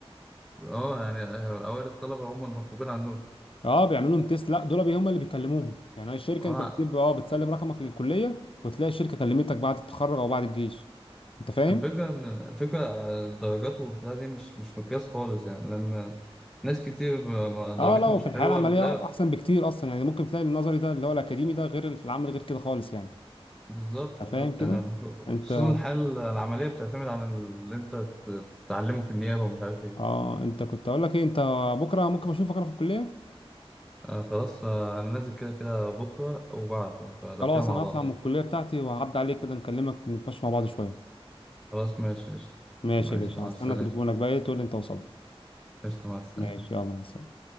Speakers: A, in the centre; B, on the left.
A: اه يعني اوائل الطلبة هم المطلوبين عندهم
B: اه بيعملوا لهم تيست لا دول بي- هم اللي بيكلموهم يعني هي الشركه
A: آه،
B: انت بتكتب اه بتسلم رقمك للكليه وتلاقي الشركه كلمتك بعد التخرج او بعد الجيش انت فاهم
A: الفكرة ان الفكرة الدرجات والبتاع دي مش مش مقياس خالص يعني لان ناس كتير ب- ما- درجاتها
B: اه لا وفي
A: مش حلوة
B: الحياه العمليه
A: بتلاقي
B: احسن بكتير اصلا يعني ممكن تلاقي النظري ده اللي هو الاكاديمي ده غير اللي في العمل غير كده خالص يعني
A: بالظبط
B: انت
A: بالظبط
B: فاهم كده
A: يعني خصوصا
B: انت
A: الحالة العملية بتعتمد على اللي انت ت- تتعلمه في النيابة ومش عارف ايه
B: اه انت كنت اقول لك ايه انت بكره ممكن اشوفك انا في الكليه
A: آه خلاص آه، انا نازل كده كده بكرة وبعده فلو
B: خلاص
A: كده مع
B: انا
A: بعض
B: هطلع من
A: يعني.
B: الكليه بتاعتي وهعدي عليك كده نكلمك نتمشى مع بعض شويه
A: خلاص ماشي قشطة
B: ماشي
A: ماشي
B: يا باشا
A: مع
B: هستنى
A: السلامة
B: تليفونك بقى ايه تقول لي انت وصلت
A: قشطة مع السلامة
B: ماشي يلا مع السلامه